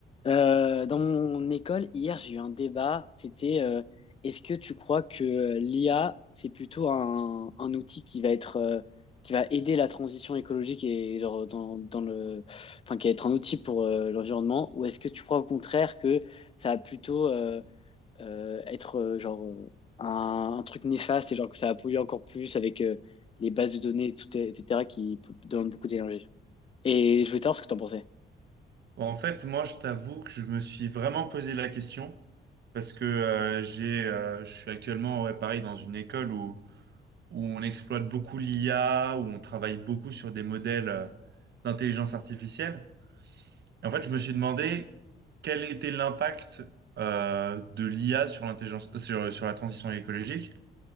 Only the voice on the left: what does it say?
Euh, dans mon école, hier, j'ai eu un débat. C'était euh, est-ce que tu crois que euh, l'IA, c'est plutôt un, un outil qui va être euh, qui va aider la transition écologique et genre, dans, dans le enfin qui va être un outil pour euh, l'environnement, ou est-ce que tu crois au contraire que ça va plutôt euh, euh, être euh, genre euh, un, un truc néfaste et genre que ça va polluer encore plus avec euh, les bases de données, tout, et cetera qui p- demandent beaucoup d'énergie. Et je voulais savoir ce que tu en pensais.